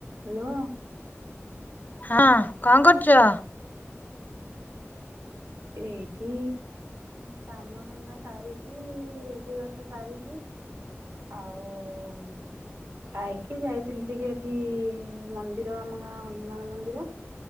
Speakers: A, on the right; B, on the left.
A: Hello.
B: ହଁ କଣ କରୁଚ?
A: ଏଇଠି କାମଧନ୍ଦା ସାରିକି ରୋଷେଇବାସ ସାରିକି ଆଉ ଖାଇକି ଯାଇଥିଲୁ ଟିକେ ଏଠି ମନ୍ଦିର ଆମ ଗାଁ ହନୁମାନ ମନ୍ଦିର।